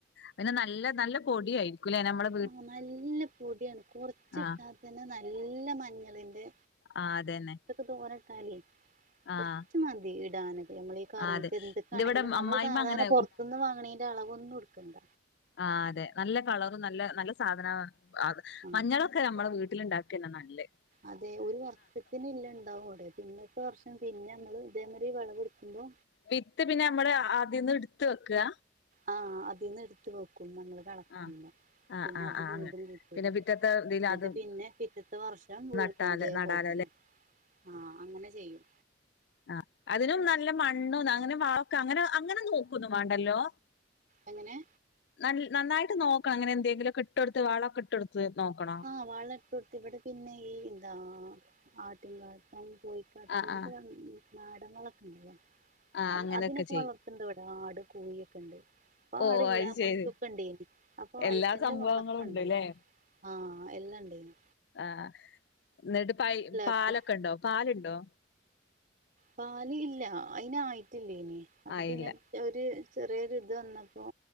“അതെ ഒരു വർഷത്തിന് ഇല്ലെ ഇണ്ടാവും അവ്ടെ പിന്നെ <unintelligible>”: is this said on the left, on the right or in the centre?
Right